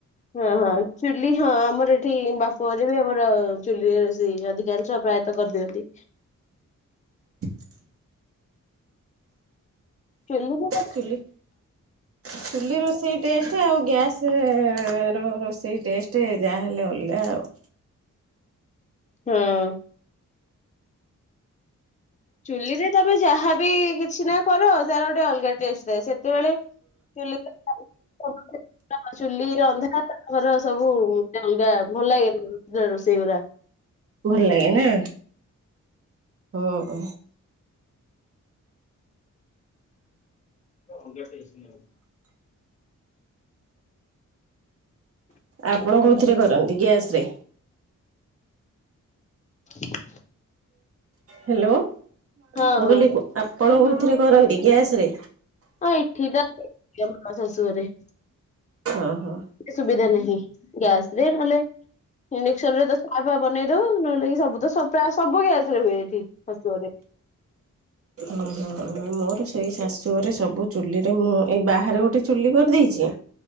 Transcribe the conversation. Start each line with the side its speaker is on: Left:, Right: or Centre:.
Left: ହଁ ହଁ ଚୁଲି ହଁ ଆମର ଏଠି ବାପ ଘରେ ବି ଆମର ଚୁଲିରେ ରୋଷଇ ଅଧିକାଂଶ ପ୍ରାୟତଃ କରିଦିଅନ୍ତି।
Right: <inaudible>
Left: କେନ୍ଦୁ <unintelligible>
Right: ଚୁଲି ଚୁଲି ରୋଷେଇ ଟେଷ୍ଟ ଆଉ ଗ୍ୟାସ ର ରୋଷେଇ ଟେଷ୍ଟ ଟେ ଯାହା ହେଲେ ଅଲଗା ଆଉ।
Left: ହଁ ଚୁଲିରେ ତମେ ଯାହାବି କିଛି ନା କର ତାର ଗୋଟେ ଅଲଗା ଟେଷ୍ଟ। ସେତେବେଳେ ଚୁ ଚୁଲି ରନ୍ଧା ତାଙ୍କର ସବୁ ଅଗା ଭଲ ଲାଗେ ରୋଷେଇ ଗୁରା।
Right: ଭଲ ଲାଗେ ନା? ହୁଁ
Left: ହାେଇସଉ <inaudible>
Right: ଆପଣ କୋଉଥିରେ କରନ୍ତି ଗ୍ୟାସ ରେ?
Left: ହ
Right: ହ୍ୟାଲୋ
Left: ହଁ
Right: ମୁଁ କହିଲି
Left: ହଁ
Right: ଆପଣ କୋଉଥିରେ କରନ୍ତି ଗ୍ୟାସ ରେ?
Left: ହଁ ଏଠି ତ ଶାଶୁ ଘରେ।
Right: ହଁ ହଁ।
Left: ସୁବିଧା ନାହିଁ ଗ୍ୟାସ ରେ ନହେଲେ ଇଣ୍ଡକ୍ସନ ରେ ତ ଚା ଫା ବନେଇ ଦଉ ନହେଲେ ସବୁ ତ ପ୍ରାୟ ସବୁ ଗ୍ୟାସ ରେ ହୁଏ ଏଠି। ଶାଶୁ ଘରେ।
Right: ହଁ ହଁ। ମୋର ସେଇ ଶାଶୁଘରେ ସବୁ ଚୁଲିରେ ମୁଁ ଏଇ ବାହାରେ ଗୋଟେ ଚୁଲି କରିଦେଇଛି।